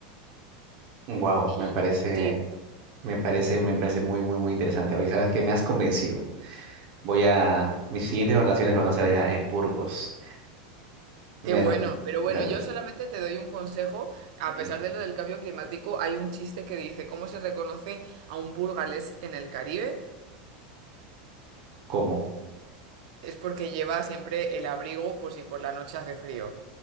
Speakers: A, on the right (about 35°); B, on the right (about 55°).
A: Wow,
B: Y
A: me parece,
B: sí.
A: me parece, me parece muy, muy, muy interesante. Hoy sabes que me has convencido. Voy a, mis siguientes vacaciones van a ser allá en Burgos. Me,
B: Qué bueno,
A: re-
B: pero
A: me-
B: bueno, yo solamente te doy un consejo. A
A: dime,
B: pesar de lo del cambio climático, hay un chiste que dice, ¿cómo se reconoce a un burgalés en el Caribe?
A: ¿cómo?
B: Es porque lleva siempre el abrigo por si por la noche hace frío.